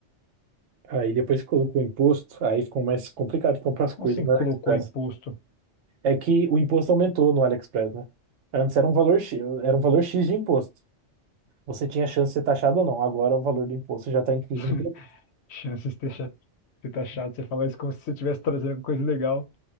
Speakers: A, on the right; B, on the left.
A: Aí depois que colocou o imposto, aí ficou mais complicado de comprar as
B: Como
A: coisas
B: assim
A: no
B: colocou
A: AliExpress.
B: imposto?
A: É que o imposto aumentou no AliExpress, né? Antes era um valor X, era um valor X de imposto. Você tinha chance de ser taxado ou não. Agora o valor do imposto já está incluso
B: <laughs>
A: no produto.
B: Chances de ter cha- de tá chato você falar isso como se você estivesse trazendo alguma coisa legal.